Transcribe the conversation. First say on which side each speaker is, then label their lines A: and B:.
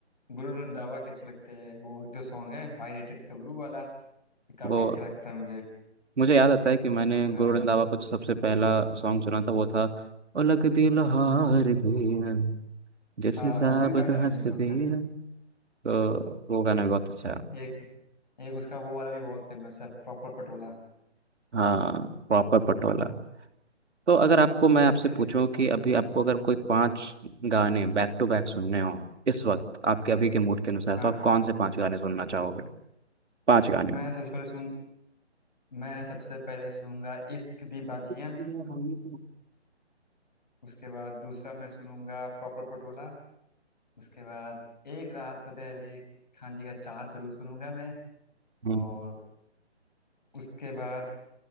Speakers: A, on the left; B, on the right.
A: गुरु रंधावा के अच्छे लगते हैं वो जो सॉन्ग है हाई रेटेड गबरू वाला ये काफी
B: वो
A: अच्छा लगता है मुझे
B: मुझे याद आता है कि मैंने
A: हाँ
B: गुरु नानक बाबा का जो सबसे पहला सॉन्ग सुना था वो था उलग दिल हार दिया जैसे
A: हाँ
B: साबत
A: वो भी काफी फेमस
B: हंस दिया
A: है उसका
B: तो वो गाना भी बहुत अच्छा है
A: एक एक उसका वो वाला भी बहुत फेमस है प्रॉपर पटोला
B: हाँ प्रॉपर पटोला तो अगर आपको मैं आपसे
A: ये
B: पूछूं
A: सब
B: कि अभी आपको अगर कोई पांच गाने बैक टू बैक सुनने हो इस वक्त आपके अभी के मूड के अनुसार
A: हाँ
B: तो आप कौन से पांच गाने सुनना चाहोगे पांच गाने
A: मैं सबसे पहले सुन मैं सबसे पहले सुनूंगा इश्क दी बाजियां
B: <laughs>
A: उसके बाद दूसरा मैं सुनूंगा प्रॉपर पटोला उसके बाद एक राहत फतेह अली खान जी का चाहत जरूर सुनूंगा मैं
B: हम्म
A: और उसके बाद